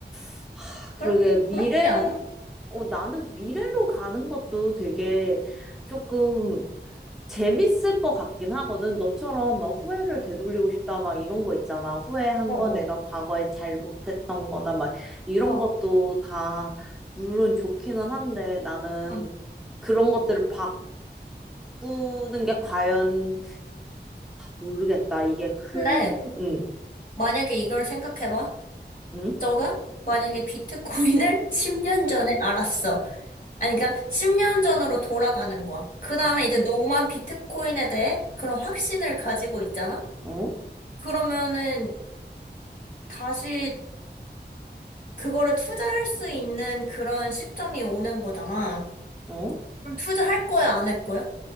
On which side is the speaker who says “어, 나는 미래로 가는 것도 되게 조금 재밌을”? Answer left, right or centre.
Centre